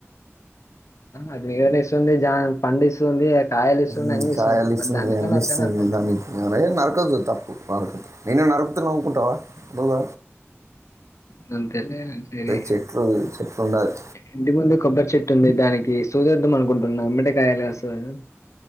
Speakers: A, on the left; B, on the right.
A: అది నీడను ఇస్తుంది. జామ్ పండు ఇస్తుంది. కాయలు ఇస్తుంది.
B: నేను
A: అన్ని
B: ఛాయాలు ఇస్తుంది.
A: మరి దాన్ని
B: అవి
A: ఎట్లా
B: అన్ని
A: నరకాలో
B: ఇస్తుంది.
A: అర్థం కాట్లే
B: దానికి అే నరకదు తప్పు వరకు నిన్ను నరకుతే నువ్ ఉకుంటావా ఉండవ్
A: నన్నే <unintelligible>
B: చెట్లు చెట్లు ఉండాలి
A: ఇంటి ముందు కొబ్బరి చెట్టుంది దానికి సూదేధం అనుకుంటున్నా ఎమ్మటే కాయలు కాస్తదాని